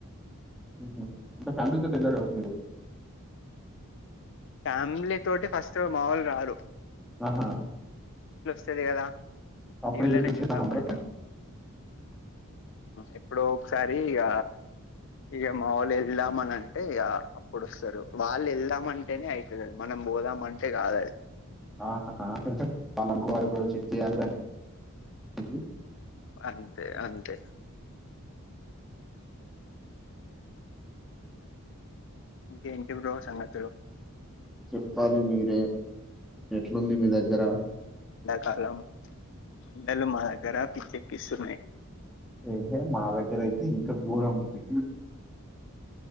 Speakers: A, in the centre; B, on the left (about 55°).
A: ఉ హు అంత ఫ్యామిలీతోటి వెళ్ళార్ న్యాగో
B: ఫ్యామిలీ తోటి ఫస్ట్ మావొళ్ళు రారు
A: ఆహా
B: అదే కదా
A: అప్పుడే
B: టీవీలోనే చూద్దాం
A: జతాగుంటరా
B: అంటారు
A: <unintelligible>
B: ఎప్పుడో ఒకసారి ఇక ఇక మాములు వెళ్దామనింటే ఇక అప్పుడుొస్తారు వాళ్ళు వెళ్దామంటే అంటేనే అవుతుంది మనం పోదాం అంటే కాదది
A: ఆహా వాళ్లనుకోవాలి కానీ వరకు చెక్ చేయాలి కానీ
B: అంతే అంతే ఇంక ఏంటి బ్రో సంగతులు
A: చెప్పాలి మీరే ఎట్లుంది మీ దగ్గర
B: కాలం ఎండలు మా దగ్గర పిచ్చెక్కిస్తున్నాయి
A: ఏహే మా దగ్గర అయితే ఇంకా ఘోరం ఉంది